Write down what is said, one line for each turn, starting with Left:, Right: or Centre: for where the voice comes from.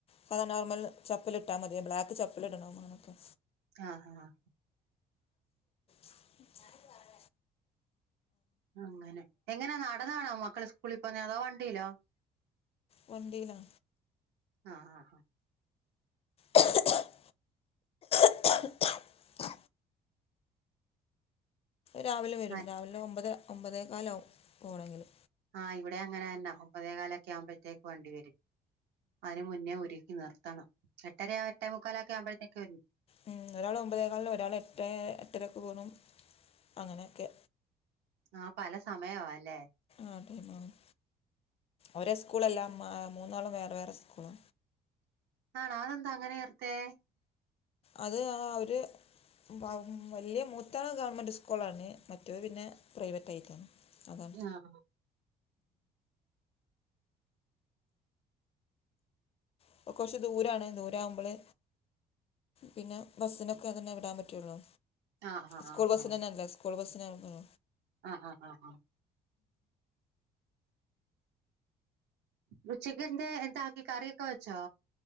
Left: സാധാ നോർമൽ ചപ്പൽ ഇട്ടാ മതി ബ്ലാക്ക് ചപ്പൽ ഇടണം അങ്ങനൊക്കെ
Right: ആഹ് ആഹ്
Left: ഞാനും പറഞ്ഞ
Right: അങ്ങനെ എങ്ങനാ നടന്നാണോ മക്കള് സ്കൂളിപ്പോകുന്നേ അതോ വണ്ടിയിലോ
Left: വണ്ടിയിലാ
Right: ആഹ് ആഹ് ആഹ്
Left: ആ <inaudible> <inaudible> രാവിലെ വരും
Right: ആഹ്
Left: രാവിലെ ഒമ്പത് ഒമ്പതേ കാലാവും പോണങ്കില്
Right: ആഹ് ഇവിടേം അങ്ങന തന്ന ഒമ്പതേ കാലൊക്കെ ആവുമ്പഴ്ത്തേക്ക് വണ്ടി വരും അതിന് മുന്നേ ഒരുക്കി നിർത്തണം എട്ടര എട്ടേ മുക്കാലൊക്കേ ആവുമ്പഴ്ത്തേക്ക് വരും
Left: ഉം ഒരാള് ഒമ്പതേ കാല് ഒരാള് എട്ടേ എട്ടരക്ക് പോകുന്നു അങ്ങനെയൊക്കെ
Right: ആഹ് പല സമയവാ അല്ലേ
Left: ആഹ് <unintelligible> ഒരേ സ്കൂളല്ലാ മാ മൂന്നാളും വേറെ വേറെ സ്കൂളാ
Right: ആണോ അതെന്താ അങ്ങനെ ചേർത്തേ
Left: അത് ആഹ് ഒരു വ വല്യ മൂത്താള് ഗവൺമെന്റ് സ്കൂളാണ് മറ്റൊരു പിന്നെ പ്രൈവറ്റായിട്ടാണ് അതാ
Right: ആഹ്
Left: ഇപ്പൊ കൊറച്ച് ദൂരാണ് ദൂരവുമ്പൊള് പിന്നെ ബസ്സിനൊക്കെഅതന്നെ വിടാൻ പറ്റുള്ളൂ
Right: ആഹ്
Left: സ്കൂൾ
Right: ആഹ് ആഹ്
Left: ബസ്സിന് തന്നെ അല്ലെ സ്കൂൾ ബസിന് <unintelligible>
Right: ആ ആ ആ ആ് ഉച്ചക്ക് എന്തേ താക്കി കറിയൊക്കെ വെച്ചോ